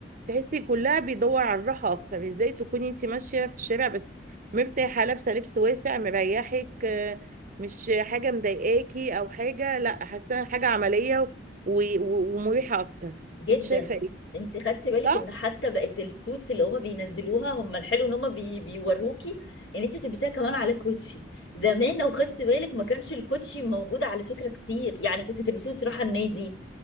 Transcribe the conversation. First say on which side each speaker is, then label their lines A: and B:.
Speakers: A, on the right (about 45°); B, on the left (about 70°).
A: تحسي كلها بيدور على الراحة أكتر إزاي تكوني أنت ماشية في الشارع بس مرتاحة لابسة لبس واسع مريحك آه، مش حاجة مضايقاكي أو حاجة لأ حاسة حاجة عملية و- و- ومريحة أكتر
B: جدا
A: أنت شايفة إيه؟
B: انت خدتي بالك
A: صح؟
B: ان حتى بقت السوتس اللي هما بينزلوها هم الحلو ان هما بي... بيوروكي ان انت بتلبسيها كمان على كوتشي زمان لو خدتي بالك ما كانش الكوتشي موجود على فكره كتير يعني كنت تلبسيه وتروحي النادي